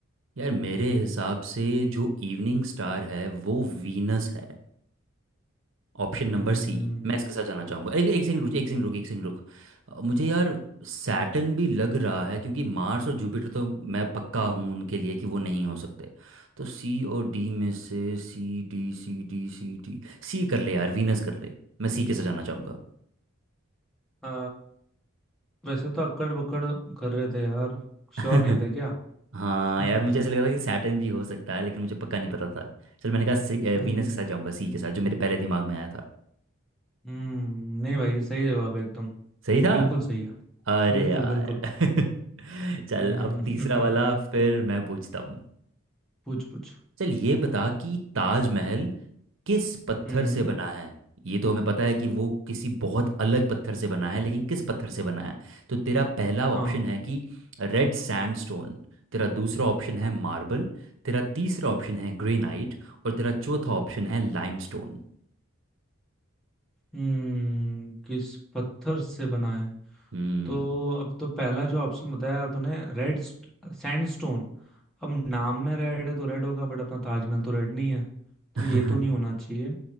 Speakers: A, on the right (about 65°); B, in the centre.
A: यार मेरे हिसाब से जो इवनिंग स्टार है वो वीनस है ऑप्शन नंबर
B: हम्म,
A: सी मैं इसके साथ जाना चाहूंगा एक एक सेकंड रुक एक सेकंड रुक एक सेकंड रुक अ, मुझे यार सैटर्न भी लग रहा है क्योंकि मार्स और जुपिटर तो मैं पक्का हूँ उनके लिए कि वो नहीं हो सकते तो सी और डी में से C D C D C D C कर ले यार वीनस कर ले मैं सी के साथ जाना चाहूंगा
B: आ, वैसे तो अक्कड़ बक्कड़ कर रहे थे यार
A: <laughs>
B: श्योर नहीं थे क्या
A: हाँ
B: <laughs>
A: यार मुझे ऐसा लग रहा था कि सैटर्न भी हो सकता है लेकिन मुझे पक्का नहीं पता था चल मैंने कहा
B: हम्म
A: वीनस के साथ जाऊंगा सी के साथ जो मेरे पहले दिमाग में आया था
B: हम्म, नहीं भाई सही जवाब है एकदम
A: सही था
B: बिल्कुल सही है
A: अरे
B: बिल्कुल
A: यार
B: बिल्कुल
A: <laughs> चल
B: हम्म,
A: अब तीसरा वाला
B: <laughs>
A: फिर मैं पूछता हूँ
B: पूछ पूछ
A: चल ये बता कि ताजमहल किस पत्थर
B: हम्म
A: से बना है ये तो हमें पता है कि वो किसी बहुत अलग पत्थर से बना है लेकिन किस पत्थर से बना है तो तेरा पहला ऑप्शन
B: हाँ
A: है कि रेड सैंडस्टोन तेरा दूसरा ऑप्शन है मार्बल तेरा तीसरा ऑप्शन है ग्रेनाइट और तेरा चौथा ऑप्शन है लाइमस्टोन
B: हम्म किस पत्थर से बना है
A: हम्म
B: तो अब तो पहला जो ऑप्शन बताया यार तूने रेड सैंडस्टोन अब नाम में रेड है तो रेड होगा बट अपना ताजमहल तो रेड नहीं है
A: <laughs>
B: तो ये तो नहीं होना चाहिए